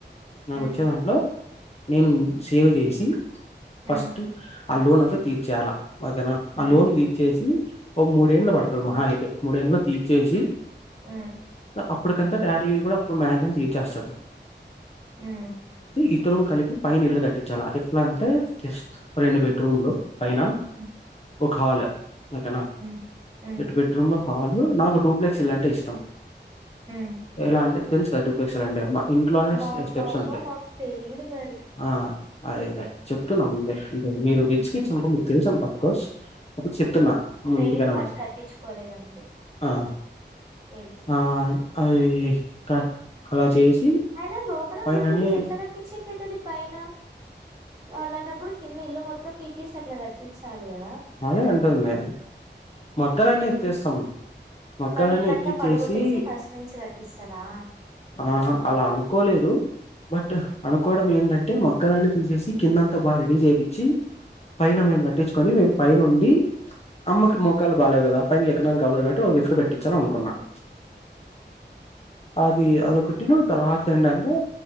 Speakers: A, on the left; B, on the right.
A: నాకు
B: ఉమ్
A: వచ్చే దాంట్లో నేన్ సేవ్ చేసి
B: ఉమ్
A: ఫస్ట్ ఆ లోన్ అంతా తీర్చేయాల ఓకేన
B: ఉమ్
A: ఆ లోన్ తీర్చేసి ఓ మూడేళ్ు పడుతుంది మహా అయితే మూడేళ్లో తీర్చేసి
B: హ్మ్
A: అప్పడుకంత డాడీ కూడ అప్పుడు మ్యాగ్జిమమ్ తీర్చేస్తాడు
B: ఉమ్.
A: ఇద్దరం కలిపి పైన ఇళ్లు కట్టించాల ఎట్లా అంటే జస్ రెండు బెడ్రూమ్లు పైన
B: హ్మ్
A: ఒక హల్ ఒకెనా
B: హ్మ్ హ్మ్
A: రెండు బెడ్రూమ్ హాలు నాకు టూ టూప్లెక్స్ ఇల్ అంటే ఇష్టం
B: హ్మ్
A: ఎలా అంటే తెలుసు కదా టూప్లెక్స్ల్ అంటే అమాట ఇంట్లోనే
B: బాబ్బాబ్బా
A: స్టెప్స్ ఉంటాయి
B: మాకు తెలీదు మరి
A: ఆ అదె లె చెప్తున్న ముందే అంటే మీరు
B: ఉమ్,
A: రిచ్కిట్స్ అనుకో మీకు తెలుసా అనుకో అఫ్ కోర్స్ అ చెప్తున్నాను మ్
B: తెలీదు
A: ఎందుకైన
B: బట్
A: మంచిది
B: కట్టించుకోలేదంతే
A: ఆ
B: తెలుసు
A: ఆ అది కట్ అలా చేసి
B: అయిన లోపల
A: పైననే
B: డూప్లిక్స్ ఎట్ల కట్టించక అవుతుది పైన అళ్లాంటప్పుడు కింద ఇల్లు మొత్తం పీకేసి అట్ల కట్టించాలి కదా
A: అదే అంటుంది మగ్గాలన్నీ
B: మరి ఏం
A: ఎత్తేస్తాం
B: చేస్తా
A: మగ్గాలన్నీ
B: మళ్ళీ ఇల్లంతా
A: ఎత్తిచ్చేసి
B: పడగొట్టేసి ఫస్ట్ నుంచి కట్టిస్ స్త రా
A: ఆహ అలా అనుకోలేదు బట్ అనుకోవడం ఏంటంటే అంటే మొక్కలన్ని తీసేసి కిందంతా బాగ రెడీ చేయిచ్చి పైన మేము కట్టించుకొని మేము పైైన ఉండి అమ్మకి
B: హ్మ్
A: మోకాలు బాలేవు కదా ఆ పైకి ఎక్కడానికి కావదు కాట్టి లిఫ్ట్ పెట్టించాలనుకున్నాను ఇది అదొకటిను తర్వాత ఏంటంటే